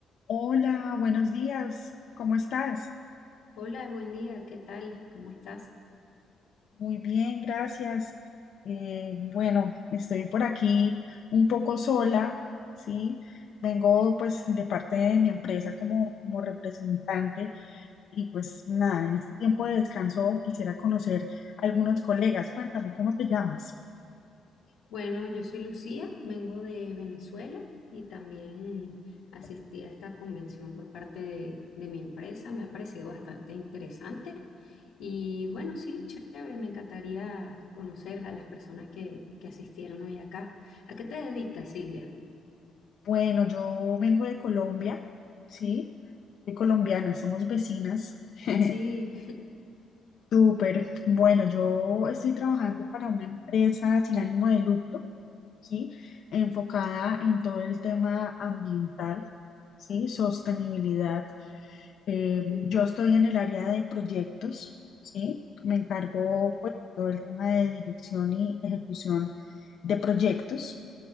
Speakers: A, on the left (about 65°); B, on the left (about 85°).
A: Hola, buenos días. ¿Cómo estás?
B: Hola, buen día, ¿qué tal? ¿Cómo estás?
A: Muy bien, gracias. Eh, bueno, estoy por aquí un poco sola, ¿sí? Vengo pues de parte de mi empresa como, como representante y pues nada, en este tiempo de descanso quisiera conocer a algunos colegas. Cuéntame, ¿cómo te llamas?
B: Bueno, yo soy Lucía, vengo de Venezuela y también asistí a esta convención por parte de, de mi empresa. Me ha parecido bastante interesante y bueno, sí, chévere, me encantaría conocer a las personas que, que asistieron hoy acá. ¿A qué te dedicas, Silvia?
A: Bueno, yo vengo de Colombia, ¿sí? Soy colombiana, somos vecinas. <laughs>
B: Sí,
A: Súper. Bueno, yo estoy trabajando para una empresa sin ánimo de lucro, ¿sí? Enfocada en todo el tema ambiental, ¿sí? Sostenibilidad. Eh, yo
B: <laughs> ok,
A: estoy en el área de proyectos, ¿sí? Me encargo,
B: ok,
A: pues, de todo el tema de dirección y ejecución de proyectos.